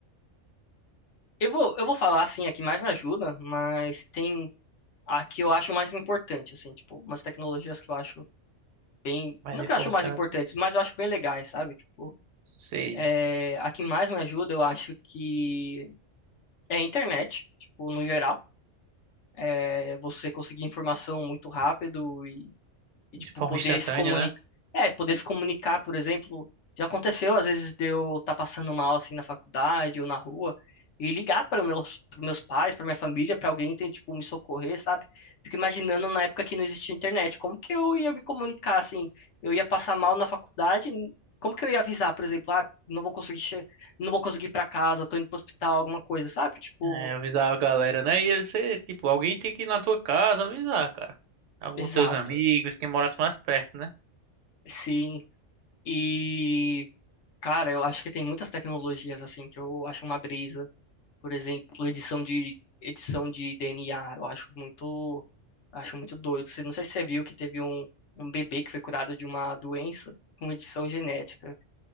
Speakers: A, on the left (about 70°); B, on the right (about 75°).
A: eu vou, eu vou falar assim, a que mais me ajuda, mas tem a que eu acho mais importante, assim, tipo, umas tecnologias que eu acho bem,
B: mais
A: não que
B: importante,
A: eu acho mais importantes, mas eu acho bem legais, sabe? Tipo,
B: sei,
A: é, a que mais me ajuda, eu acho que é a internet, tipo, no geral, é você conseguir informação muito rápido e E,
B: de
A: tipo,
B: forma
A: poder
B: instantânea,
A: se comunicar.
B: né?
A: É, poder se comunicar, por exemplo. Já aconteceu, às vezes, de eu estar passando mal, assim, na faculdade ou na rua, e ligar para os meus, para meus pais, para minha família, para alguém tem, tipo, me socorrer, sabe? Fico imaginando na época que não existia internet, como que eu ia me comunicar, assim? Eu ia passar mal na faculdade, como que eu ia avisar, por exemplo, ah, não vou conseguir, che não vou conseguir ir para casa, tô indo pro hospital, alguma coisa, sabe? Tipo,
B: É, avisar a galera, né? E você, tipo, alguém tem que ir na tua casa avisar, cara. Alguns
A: exato,
B: teus amigos, quem morasse mais perto, né?
A: sim. E. Cara, eu acho que tem muitas tecnologias assim que eu acho uma brisa. Por exemplo, edição de edição de DNA, eu acho muito acho muito doido. Você- Não sei se você viu que teve um, um bebê que foi curado de uma doença com edição genética.